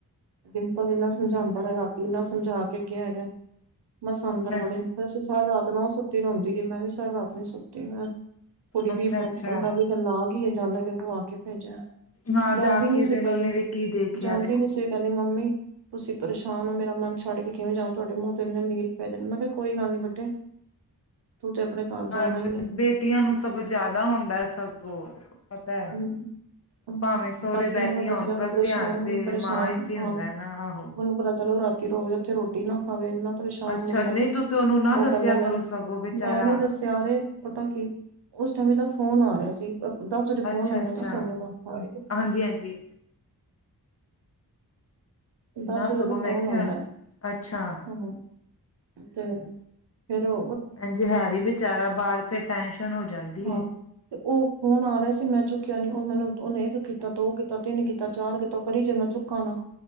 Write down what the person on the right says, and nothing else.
ਡਿੰਪਲ ਇੰਨਾ ਸਮਜਾਂਦਾ ਰੇਆ ਰਾਤੀ, ਇਨਾ ਸਮਜਾ ਕੇ ਗੇਆ ਹੈਗਾ, ਮਸਾ ਅੰਦਰ
ਵੜੇਨ
ਛੇ ਸਾਰੀ ਰਾਤ ਨਾ ਓ ਸੁੱਤੀ ਰੋਂਦੀ ਰੀ ਮੈਂ ਵੀ ਸਾਰੀ ਰਾਤ ਨੀ ਸੁੱਤੀ ਮੈਂ ਕੁੜੀ ਵੀ
ਪ,
ਪੰਦਰਾਂ ਵੀਹ ਦਿਨ ਲਾ ਗੀ ਏ, ਜਾਂਦੇ ਦੇਨ ਰੂਆ ਕੇ ਭੇਜੈ
ਜਾਂਦੀ ਨੀ
ਸੀ ਪਈ,
ਜਾਂਦੀ
ਸੇ ਕੈਂਦੀ ਮੰਮੀ, ਤੁਸੀਂ ਪਰੇਸ਼ਾਨ ਓ, ਮੇਰਾ ਮਨ ਛੱਡ ਕੇ ਕਿਵੇਂ ਜਾਓ ਤੂਆਡੇੂ ਮੂੰਹ ਤੇ ਇਨੇ ਨੀਲ ਪਏਦੇ ਨੇ, ਮੈਂ ਕੇਆ ਕੋਈ ਗਲ ਨੀ ਬੇਟੇ ਤੂੰ ਤੇ ਆਪਣੇ ਘਰ
ਜਾਣਾ
ਹੀ ਏ
ਹੂੰ ਹੂੰ
ਕਾਕੇ
ਨੂੰ ਪਤਾ ਚਲਿਆ
ਵੀ ਪਰੇਸ਼ਾਨ
ਵੀ ਪਰੇਸ਼ਾਨ
ਹਾਂ
ਉਹਨੂੰ ਪਤਾ ਚਲੇ ਓ ਰਾਤੀ ਰੋਵੇ ਉਥੇ ਰੋਟੀ ਨਾ ਖਾਵੇ ਏਨਾ ਪਰੇਸ਼ਾਨ
ਮੁੰਡਾ,
ਓ
ਕੈਂਦਾ ਮੈਂ,
ਮੈਂਵੀ ਦਸ ਪਿਆਰੇ, ਪਤਾ ਕੀ ਉਸ ਟੈਮ ਇਦਾ ਫੋਨ ਆ ਰੇਆ ਸੀ ਅ ਦਸ ਵਜੇ ਫੋਨ
ਆਂਦੈ
ਨਾ ਮਾਨੂ ਤਾ <unintelligible>
ਦਸ
ਵਜੇ
ਤਾ
ਫੋਨ
ਆਂਦੈ,
ਹੂੰ ਤੇ, ਫੇਰ ਓ
ਹਾਂ
ਤੇ ਓ, ਫੋਨ ਆ ਰੇਆ ਸੀ ਮੈਂ ਚੁਕੇਆ ਨੀ ਓ ਮੈਨੂੰ, ਓਨੇ ਏਕ ਕੀਤਾ ਦੋ ਕੀਤੇ ਤਿਨ ਕੀਤਾ, ਚਾਰ ਕਿਤੇ ਕਰੀ ਚਲੇ ਚੁਕਾ ਨਾ